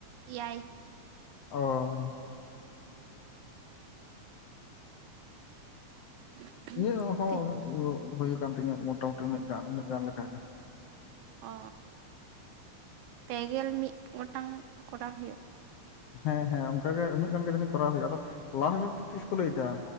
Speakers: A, on the right (about 80°); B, on the left (about 70°).
A: ᱮᱭᱟᱭ᱾
B: ᱚᱻ
A: <unintelligible>
B: ᱤᱧᱟᱹᱜ ᱦᱚᱸ
A: ᱛᱤ
B: <unintelligible> ᱦᱩᱭ ᱟᱠᱟᱱ ᱛᱤᱧᱟᱹ ᱢᱚᱴᱟᱢᱩᱴᱤ ᱩᱱᱟᱹᱜ ᱜᱟᱱ ᱩᱱᱟᱹᱜ ᱜᱟᱱ ᱞᱮᱠᱟᱜᱮ᱾
A: ᱚᱻ ᱯᱮᱜᱮᱞ ᱢᱤᱫ ᱜᱚᱴᱟᱝ ᱠᱚᱨᱟᱣ ᱦᱩᱭᱩᱜ-ᱟ᱾
B: ᱦᱮᱸ ᱦᱮᱸ ᱚᱱᱠᱟᱜᱮ ᱩᱱᱟᱹᱜ ᱜᱟᱱ ᱜᱮ ᱡᱟᱱᱤ ᱠᱚᱨᱟᱣ ᱦᱩᱭᱩᱜ-ᱟ᱾ ᱟᱫᱚ ᱞᱟᱥ ᱰᱮᱴ ᱛᱤᱥ ᱠᱚ ᱞᱟᱹᱭᱫᱟ?